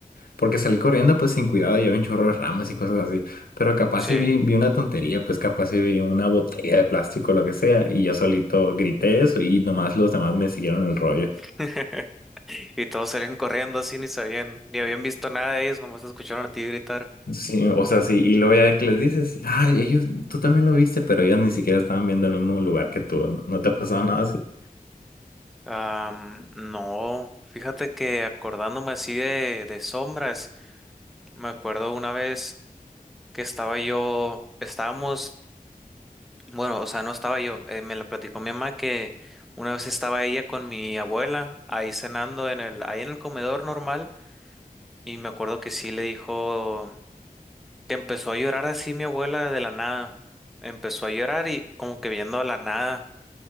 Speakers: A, on the left (about 80°); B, in the centre.
A: porque salí corriendo pues sin cuidado y había un chorro de ramas y cosas así. Pero capaz
B: sí.
A: si vi, vi una tontería, pues capaz si vi una botella de plástico o lo que sea. Y yo solito grité eso y nomás los demás me siguieron el rollo.
B: <laughs> Y todos salían corriendo así, ni sabían, ni habían visto nada de ellos, nomás escucharon a ti gritar.
A: Sí, o sea, sí. Y luego ya que les dices, ay, ellos, tú también lo viste, pero ellos ni siquiera estaban viendo el mismo lugar que tú. ¿No, ¿No te ha pasado nada así?
B: Am, no, fíjate que acordándome así de, de sombras, me acuerdo una vez que estaba yo, estábamos, bueno, o sea, no estaba yo, eh, me la platicó mi mamá que una vez estaba ella con mi abuela ahí cenando en el, ahí en el comedor normal y me acuerdo que sí le dijo que empezó a llorar así mi abuela de la nada, empezó a llorar y como que viendo a la nada